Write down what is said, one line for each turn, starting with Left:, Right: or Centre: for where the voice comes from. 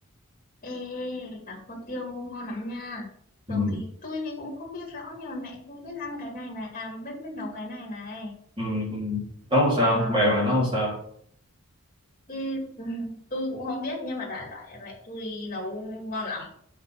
Left: Ê, cá kho tiêu ngon lắm nha.
Right: ừ
Left: Thường thì tôi thì cũng không biết rõ nhưng mà mẹ tôi biết ăn cái này này, à biết biết nấu cái này này.
Right: ừ ừ nấu làm sao
Left: À,
Right: mẹ bà nấu làm sao
Left: thì, ừ, tôi cũng không biết nhưng mà đại loại là mẹ tôi nấu ngon lắm.